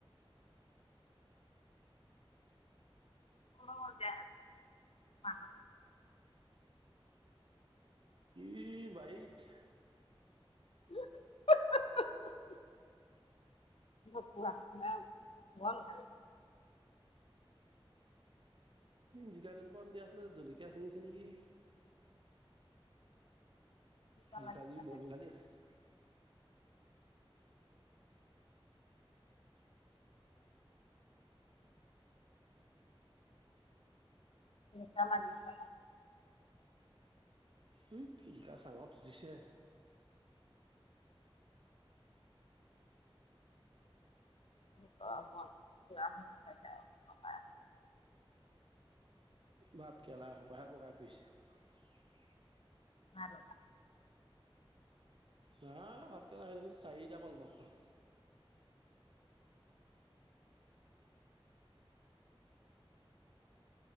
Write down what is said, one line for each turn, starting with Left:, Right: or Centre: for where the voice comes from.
Left: <unintelligible>
Right: সি বাৰীত
Left: <unintelligible>
Right: জিকা কেইজোপামান দিয়া আছিলে। জলকীয়া ছিঙিছে নেকি?
Left: জিকা
Right: জিকাগুৰি
Left: লাগিছে,
Right: বন উঘালী আছে।
Left: কামানি চালা
Right: উই জিকা চাঙত উঠিছে
Left: <unintelligible>
Right: ভাত কেৰেলা সোপাহে বগাই ফুৰিছে
Left: নাই লগা
Right: হা ভাতকেৰেলা আহিল চাৰিটামান মাত্ৰ